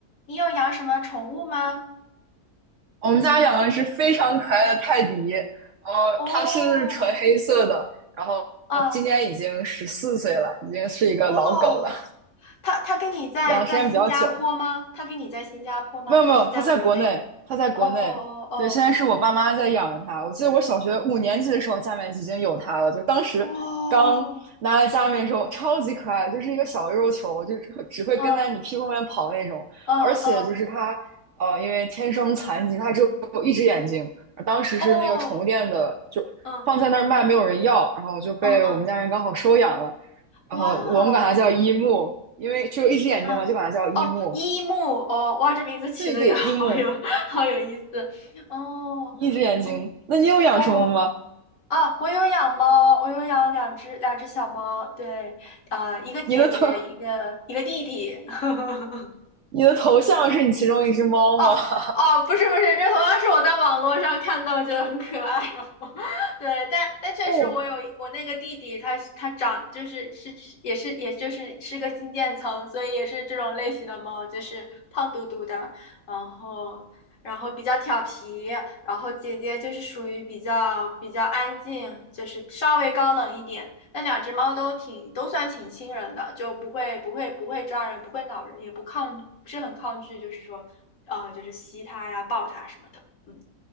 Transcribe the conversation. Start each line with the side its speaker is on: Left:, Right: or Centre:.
Left: 你有养什么宠物吗？
Right: 我们家养的是非常可爱的泰迪，然后它是纯黑色的，
Left: 哦，
Right: 然后今年已经十四岁了，
Left: 啊，
Right: 已经是一个老狗了，
Left: 哇，他他跟你在在新加坡吗？
Right: 养的时间比较久。
Left: 他跟你在新加坡吗？
Right: 没有没有，
Left: 还是在国内？
Right: 它在国内，它在国内。
Left: 哦哦
Right: 对，现在是我爸妈在养着它。我记得我小学五年级的时候，家里面已经有它了，就当时刚拿来家里面的时候，
Left: 哦，
Right: 超级可爱，就是一个小肉球，就只只会跟在你屁股后面跑那种。
Left: 哇，嗯嗯嗯，
Right: 而且就是它，呃，因为天生残疾，它只有一只眼睛。当时是那个宠物店的，
Left: 哦，
Right: 就放在那儿卖，
Left: 嗯
Right: 没有人要，然后就被我们家人刚好收养了。
Left: 嗯嗯，
Right: 然后我们管它叫一木，
Left: 哇哦，
Right: 因为只有一只眼睛嘛，
Left: 嗯，
Right: 就管它叫一木。
Left: 哦，一木，哦，哇，这名字起的也好有
Right: 对对，一木。
Left: <laughs> 好有意思，哦哦
Right: 一只眼睛，那你有养什么吗？
Left: 哦。啊，我有养猫，我有养两只两只小猫，对，啊、一个姐姐，
Right: 你的头，
Left: 一个一个弟弟。<laughs>
Right: <laughs> 你的头像是你其中一只猫吗？
Left: 哦
Right: <laughs>
Left: 哦，不是不是，这同样是我在网络上看到，觉得很可爱哦。<laughs> 对，但但确实我有我那个弟弟他，
Right: 哦，
Left: 是他长就是是是也是也就是是个金渐层，所以也是这种类型的猫，就是胖嘟嘟的，然后然后比较调皮，然后姐姐就是属于比较比较安静，就是稍微高冷一点。那两只猫都挺都算挺亲人的，就不会不会不会抓人，不会挠人，也不抗，不是很抗拒，就是说，呃，就是吸它呀、抱它什么的。嗯，